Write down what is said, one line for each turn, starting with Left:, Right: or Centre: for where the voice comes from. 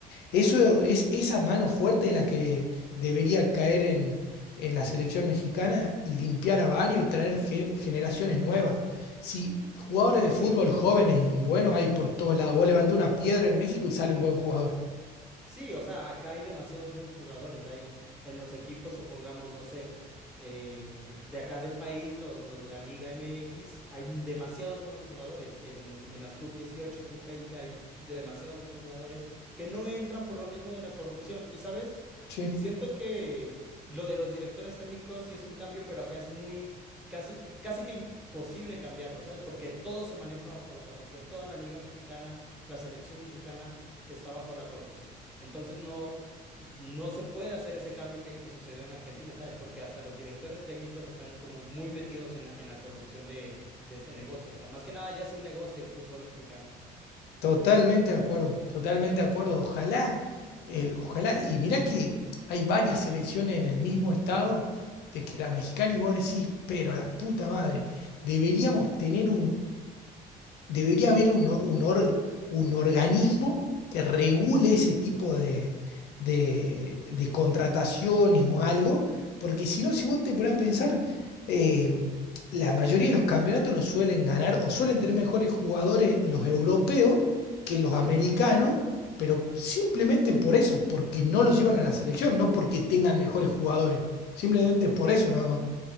Left: Eso es, esa mano fuerte es la que debería caer en, en la selección mexicana y limpiar a varios y traer ge- generaciones nuevas. Si jugadores
Centre: Sí,
Left: de fútbol
Centre: sí,
Left: jóvenes
Centre: sí.
Left: y buenos hay por todos lados, vos levantás una piedra en México y sale un buen jugador.
Centre: Sí, o sea, acá hay demasiados buenos jugadores. Hay en los equipos, supongamos, no sé, eh, de acá del país, los, los de la Liga MX, hay m- demasiados buenos jugadores. En, en la sub dieciocho, sub veinte, hay b- demasiados buenos jugadores que no entran por lo mismo de la corrupción. Y sabes,
Left: Sí,
Centre: Siento que lo de los directores técnicos sí es un cambio, pero acá es muy casi, casi que imposible cambiarlo, ¿sabes? Porque todo se maneja bajo la corrupción. Toda la liga mexicana, la selección mexicana está bajo la corrupción. Entonces no, no se puede hacer ese cambio que, que sucedió en Argentina, ¿sabes? Porque hasta los directores técnicos están como muy metidos en la, en la corrupción de, de este negocio. O sea, más que nada ya es un negocio el fútbol mexicano.
Left: totalmente de acuerdo, totalmente de acuerdo. Ojalá, eh, ojalá, y mirá que hay varias selecciones en el mismo estado de que la mexicana y vos decís, pero la puta madre, deberíamos tener debería haber un, o- un, or- un organismo que regule ese tipo de, de- de contrataciones o algo, porque si no, si vos te pones a pensar, eh, la mayoría de los campeonatos los suelen ganar o suelen tener mejores jugadores los europeos que los americanos,
Centre: Sí,
Left: pero simplemente por eso, porque no los llevan a la selección, no porque tengan mejores jugadores, simplemente por eso nada más,